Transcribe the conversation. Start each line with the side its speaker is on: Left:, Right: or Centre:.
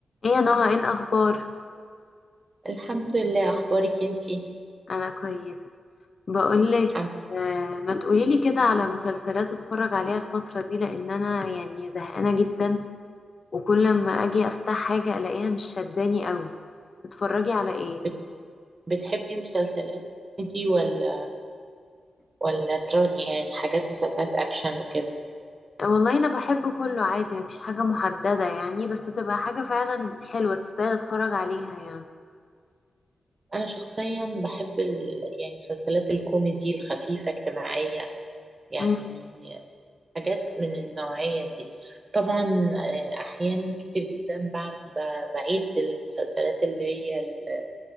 Left: ايه يا نهى ايه الاخبار
Right: الحمد لله اخبارك انتي
Left: انا كويسه بقولك
Right: حم-
Left: آه ما تقوليلي كده على مسلسلات اتفرج عليها الفتره دي لان انا يعني زهقانه جدا وكل ما اجي افتح حاجه الاقيها مش شداني قوي تتفرجي على ايه
Right: بت- بتحبي مسلسلات كوميدي ولا ولا تر- يعني حاجات مسلسلات اكشن وكده
Left: آه، والله انا بحب كله عادي مفيش حاجه محدده يعني بس تبقى حاجه فعلا حلوه تستاهل اتفرج عليها يعني
Right: انا شخصيا بحب ال... يعني مسلسلات الكوميدي الخفيفة اجتماعية يعني
Left: امم
Right: حاجات من النوعية دي طبعا آه، احيانا كتير جدا بعم- ب- بعيد المسلسلات اللي هي ال-